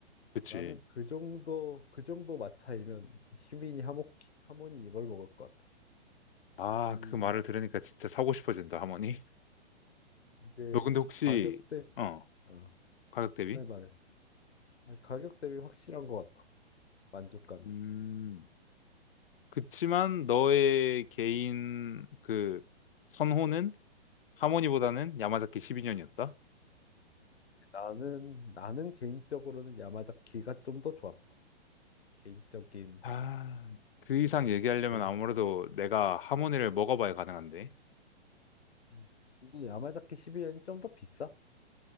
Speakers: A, on the left; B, on the left.
A: 그치?
B: 나는 그 정도, 그 정도 마차이면 희민이 하모, 하모니 이걸 먹을 것 같아.
A: 아,
B: 이,
A: 그 말을 들으니까 진짜 사고 싶어진다, 하모니. <laughs>
B: 이게
A: 너 근데 혹시,
B: 가격대,
A: 어,
B: 어,
A: 가격 대비?
B: 네, 말해. 아니, 가격 대비 확실한 것 같아. 만족감이.
A: 음, 그치만 너의 개인 그 선호는 하모니보다는 야마자키 12년이었다?
B: 나는, 나는 개인적으로는 야마자키가 좀 더 좋았어. 개인적인,
A: 아, 그
B: 그,
A: 이상 얘기하려면
B: 개인.
A: 아무래도 내가 하모니를 먹어봐야 가능한데.
B: 음. 근데 야마자키 1이년이 좀 더 비싸?